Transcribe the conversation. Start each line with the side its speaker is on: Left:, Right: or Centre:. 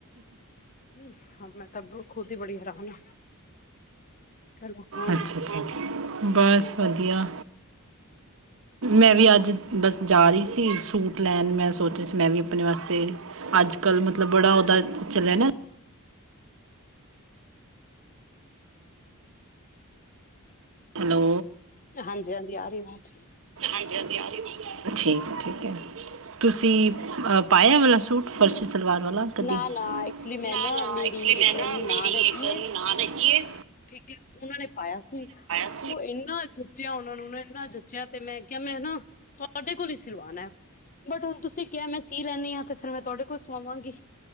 Left: ਹ ਹਾਂ ਮੈਂ ਤਾ ਖੁਦ ਹੀ ਬੜੀ ਹੈਰਾਨ ਆ ਚਲੋ ਹੋਰ
Right: ਅੱਛਾ ਅੱਛਾ ਬਸ ਵਧੀਆ ਮੈਂ ਵੀ ਅੱਜ ਬਸ ਜਾ ਰਹੀ ਸੀ ਸੂਟ ਲੈਣ ਮੈਂ ਸੋਚ ਰਹੀ ਸੀ ਮੈਂ ਵੀ ਆਪਣੇ ਵਾਸਤੇ ਅੱਜ ਕੱਲ੍ਹ ਮਤਲਬ ਬੜਾ ਉਹਦਾ ਚੱਲਿਆ ਨਾ ਹੈਲੋ
Left: ਹਾਂਜੀ ਹਾਂਜੀ ਆ ਰਹੀਵਾਜ਼
Right: ਠੀਕ ਠੀਕ ਹੈ ਤੁਸੀਂ ਪਾਇਆ ਇਹ ਵਾਲਾ ਸੂਟ ਫਰਸੀ ਸਲਵਾਰ ਵਾਲਾ ਕਦੀ
Left: ਨਾ ਨਾ ਐਕਚੁਲੀ ਮੈਂ
Right: ਨਾ ਨਾ
Left: ਮੇਰੀ
Right: ਐਚੁਲੀ ਮੈਂ
Left: ਇੱਕ
Right: ਨਾ
Left: ਨਾਨ
Right: ਮੇਰੀ
Left: ਹੈਗੀ
Right: ਇੱਕ ਨਨਾਨ
Left: ਹੈ
Right: ਹੈਗੀ ਐ
Left: ਠੀਕ ਹੈ ਉਹਨਾਂ ਨੇ ਪਾਇਆ ਸੀ
Right: ਸੀ।
Left: ਉਹ ਇਹਨਾਂ ਜੱਚਿਆਂ ਉਹ ਉਹਨੂੰ ਨਾ ਇੰਨਾ ਜਚਿਆ ਤੇ ਮੈਂ ਕਿਹਾ ਮੈ ਨਾ ਤੁਹਾਡੇ ਕੋਲ ਹੀ ਸਿਲਵਾਣਾ ਹੈ ਬਟ ਹੁਣ ਤੁਸੀਂ ਕਿਹਾ ਮੈਂ ਸੀ ਲੈਂਦੀ ਹਾਂ ਤੇ ਫੇਰ ਮੈਂ ਤੁਹਾਡੇ ਕੋਲ ਸਵਾਵਾਂਗੀ